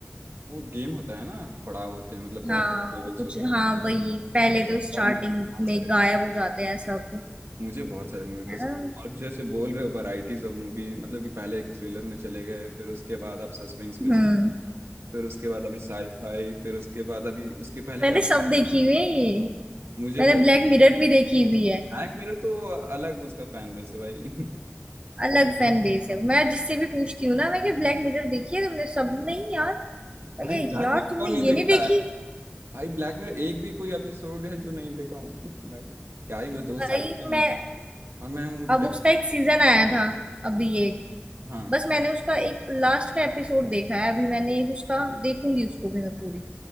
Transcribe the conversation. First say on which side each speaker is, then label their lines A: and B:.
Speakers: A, on the right; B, on the right.
A: वो गेम होता है ना पड़ाव होते हैं मतलब बहुत
B: हाँ
A: लेवल्स
B: कुछ
A: होते हैं
B: हाँ वही पहले तो स्टार्टिंग
A: यार मैं बहुत
B: में
A: सारे
B: गायब हो जाते हैं सब
A: मुझे बहुत सारे मूवी
B: है
A: पसंद
B: ना
A: आप जैसे बोल रहे हो वैरायटीज ऑफ मूवी मतलब कि पहले एक थ्रिलर में चले गए फिर उसके बाद आप सस्पेंस
B: हम्म
A: में चले फिर उसके बाद अभी साईफाई फिर उसके बाद अभी उसके पहले
B: मैंने
A: क्या
B: सब देखी हुई है ये
A: मुझे
B: मैंने
A: भी
B: ब्लैक मिरर भी देखी हुई है
A: ब्लैक मिरर तो अलग उसका फैन बेस है भाई <laughs>
B: अलग
A: वो
B: फैन बेस है मैं जिससे भी पूछती हूँ ना मैं कि ब्लैक मिरर देखी है तुमने सब नहीं यार
A: भाई
B: अरे
A: ब्लैक
B: यार
A: में
B: तुमने
A: कौन
B: ये
A: नहीं देखता
B: नहीं देखी
A: है भाई ब्लैक में एक भी कोई एपिसोड है जो नहीं देखा हूँ <laughs> भाई क्या ही मस्त है वो
B: भाई
A: साइकिल नाम
B: मैं
A: और मैं हूँ
B: अब
A: टेक
B: उसका एक सीजन आया था अभी एक
A: हाँ
B: बस मैंने उसका एक लास्ट का एपिसोड देखा है अभी मैंने एक उसका देखूंगी उसको भी मैं पूरी